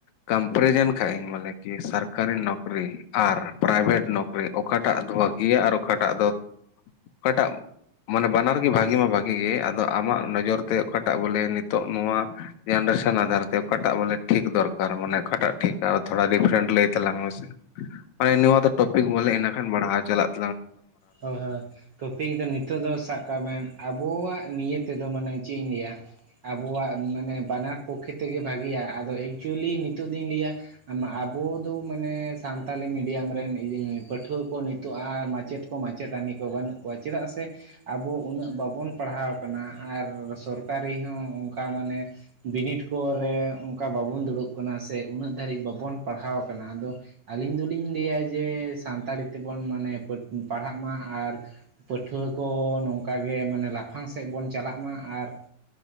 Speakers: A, on the left; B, on the right.
A: ᱠᱚᱢᱯᱮᱨᱤᱡᱮᱱ ᱠᱷᱟ ᱤᱧ ᱵᱚᱞᱮ ᱾ ᱠᱤ ᱥᱚᱨᱠᱟᱨᱤ ᱱᱚᱠᱨᱤ ᱾ ᱟᱨ ᱯᱨᱟᱭᱵᱷᱮᱴ ᱱᱚᱠᱨᱤ ᱚᱠᱟᱴᱟᱜ ᱫᱚ ᱵᱷᱟᱹᱜᱮᱤᱭᱟ ᱟᱨ ᱚᱠᱟᱴᱟᱜ ᱫᱚ ᱚᱠᱟᱴᱟᱜ ᱾ ᱢᱟᱱᱮ ᱵᱟᱱᱟᱨ ᱜᱮ ᱵᱷᱟᱜᱤ ᱢᱟ ᱵᱷᱟᱜᱤ ᱜᱮ ᱟᱫᱚ ᱟᱢᱟᱜ ᱱᱚᱡᱚᱨ ᱛᱮ ᱚᱠᱟᱴᱟᱜ ᱵᱚᱞᱮ ᱱᱤᱛᱚᱜ ᱱᱚᱣᱟ ᱾ ᱟᱱᱰᱟᱨᱮᱥᱚᱱ ᱟᱫᱷᱟᱨ ᱛᱮ ᱚᱠᱟᱴᱟᱜ ᱵᱚᱞᱮ ᱴᱷᱤᱠ ᱫᱚᱨᱠᱟᱨ ᱢᱟᱱᱮ ᱚᱠᱟᱴᱟᱜ ᱴᱷᱤᱠ ᱟ᱾ ᱛᱷᱚᱲᱟ ᱰᱤᱯᱷᱟᱨᱮᱱᱴ ᱞᱟᱹᱭ ᱛᱟᱞᱟᱝ ᱢᱮᱥᱮ ᱢᱟᱱᱮ᱾ ᱱᱚᱣᱟ ᱫᱚ ᱴᱚᱯᱤᱠ ᱵᱚᱞᱮ ᱤᱱᱟᱹᱠᱷᱟᱱ ᱯᱟᱲᱦᱟᱣ ᱪᱟᱞᱟᱜ ᱾
B: ᱦᱳᱹᱭ ᱦᱳᱹᱭ ᱴᱚᱯᱤᱠ ᱫᱚ ᱱᱤᱛᱚᱜ ᱫᱚ ᱥᱟᱵ᱾ ᱥᱟᱵᱠᱟᱜ ᱢᱮ ᱟᱵᱚᱣᱟᱜ ᱱᱤᱭᱟᱹ ᱛᱮ ᱫᱚ ᱢᱟᱱᱮ ᱪᱮᱫ ᱤᱧ ᱞᱟᱹᱭᱟ ᱾ ᱟᱵᱚᱣᱟᱜ ᱢᱟᱱᱮ ᱵᱟᱱᱟᱨ ᱯᱚᱠᱠᱷᱮ ᱛᱮᱜᱮ ᱵᱷᱟᱜᱮᱜᱤᱭᱟ᱾ ᱟᱫᱚ ᱮᱠᱪᱩᱭᱮᱞᱤ ᱱᱤᱛᱚᱜ ᱫᱚᱧ ᱞᱟᱹᱭᱟ ᱟᱵᱚ ᱫᱚ ᱢᱟᱱᱮ ᱥᱟᱱᱛᱟᱞᱤ ᱢᱤᱰᱤᱭᱟᱢ ᱨᱮᱱ ᱯᱟᱹᱴᱷᱩᱣᱟᱹ ᱠᱚ ᱱᱤᱛᱚᱜ ᱟᱨ ᱢᱟᱪᱮᱫ ᱠᱚ ᱢᱟᱪᱮᱛᱟᱹᱱᱤ ᱠᱚ ᱵᱟᱹᱱᱩᱜ ᱠᱚᱣᱟ᱾ ᱪᱮᱫᱟᱜ ᱥᱮ ᱟᱵᱚ ᱟᱵᱚ ᱩᱱᱟᱹᱜ ᱵᱟᱵᱚᱱ ᱯᱟᱲᱦᱟᱣ ᱟᱠᱟᱱᱟ᱾ ᱟᱨ ᱥᱚᱨᱠᱟᱨᱤ ᱦᱚᱸ ᱚᱱᱠᱟ ᱢᱟᱱᱮ ᱵᱤᱱᱤᱰ ᱠᱚᱨᱮ ᱚᱱᱠᱟ ᱵᱟᱵᱚᱱ ᱫᱩᱲᱩᱵ ᱠᱟᱱᱟ᱾ ᱥᱮ ᱩᱱᱟᱹᱜ ᱫᱷᱟᱹᱨᱤᱡ ᱵᱟᱵᱚᱱ ᱯᱟᱲᱦᱟᱣ ᱠᱟᱱᱟ ᱟᱫᱚ ᱟᱹᱞᱤᱧ ᱫᱚᱞᱤᱧ ᱞᱟᱹᱭᱟ ᱡᱮ ᱥᱟᱱᱛᱟᱲᱤ ᱛᱮ ᱵᱚᱱ ᱢᱟᱱᱮ ᱯᱟᱲᱦᱟᱜ ᱢᱟ ᱾ ᱟᱨ ᱯᱟᱹᱴᱷᱩᱣᱟᱹ ᱠᱚ ᱱᱚᱝᱠᱟ ᱜᱮ ᱢᱟᱱᱮ ᱞᱟᱯᱷᱟᱝ ᱥᱮᱫ ᱵᱚᱱ ᱪᱟᱞᱟᱜ ᱢᱟ ᱟᱨ